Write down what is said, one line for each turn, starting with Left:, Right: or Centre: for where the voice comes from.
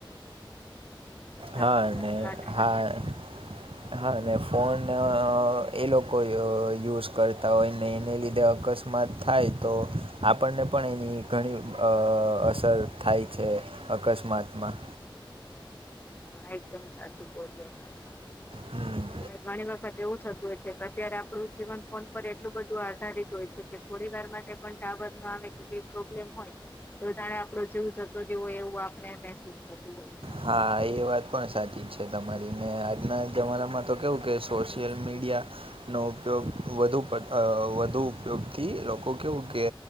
Left: સાચી
Right: હા અને
Left: વાત છે હા
Right: હા હા અને ફોન અહ લોકો યુઝ કરતા હોય ને એને લીધે અકસ માં થાય તો આપણને પણ એની ઘણી અહ અસર થાય છે. અકસ્માતમાં.
Left: હા, એકદમ સાચું બોલ્યા તમે.
Right: હમ્મ.
Left: અને ઘણી વખત એવું થતું હોય છે કે અત્યારે આપડું જીવન ફોન પર એટલું બધું આધારિત હોય છે કે થોડી વારમાં તે પણ તા બાત માં આવે કે પ્રોબ્લેમ હોય તો જાણે આપડો જીવ જતું રયુ એવું આપને મહેસૂસ થતું હોય છે.
Right: હા એ વાત પણ સાચી છે તમારી ને આજના જમાનામાં તો કેવું કે સોશિયલ મીડિયા નો ઉપયોગ વધુ પ અહ વધુ ઉપયોગથી લોકો કેવું કે